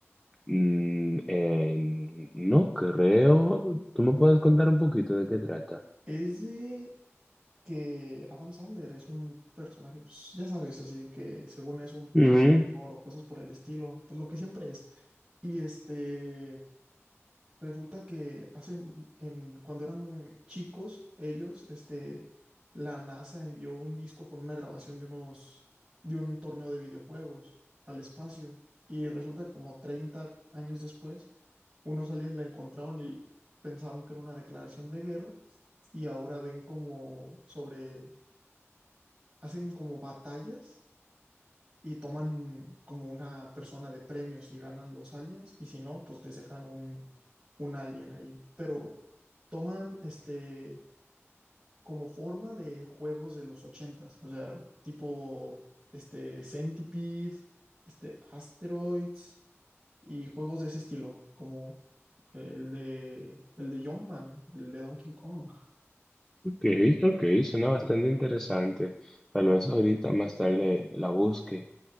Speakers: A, in the centre; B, on the right.
A: Mm, eh, no creo. ¿Tú me puedes contar un poquito de qué trata?
B: Es de que Adam Sandler es un personaje, pues ya sabes, así que según es un perdedor
A: Mm,
B: o cosas por el estilo, pues lo que siempre es Y este, resulta que hace, en, cuando eran chicos, ellos, este, la NASA envió un disco con una grabación de unos, de un torneo de videojuegos al espacio. Y resulta que como 30 años después, unos aliens la encontraron y pensaron que era una declaración de guerra. Y ahora ven como sobre, hacen como batallas y toman como una persona de premios si ganan los aliens y si no, pues les dejan un, un alien ahí. Pero toman este como forma de juegos de los ochentas, o sea, tipo este Centipede, este Asteroids y juegos de ese estilo, como el de el de Jumpman, el de Donkey Kong.
A: ok, ok, suena bastante interesante. Tal vez ahorita más tarde la busque